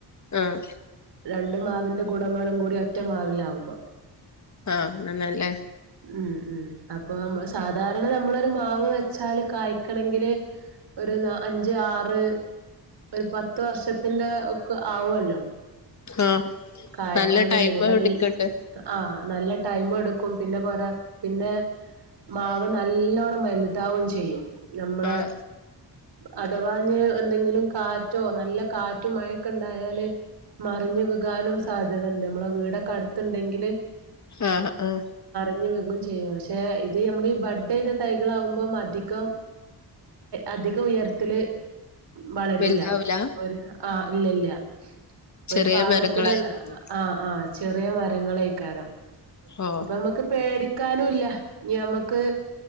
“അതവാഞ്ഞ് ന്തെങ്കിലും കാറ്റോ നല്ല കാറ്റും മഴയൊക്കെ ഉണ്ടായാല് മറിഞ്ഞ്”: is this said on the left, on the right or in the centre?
Right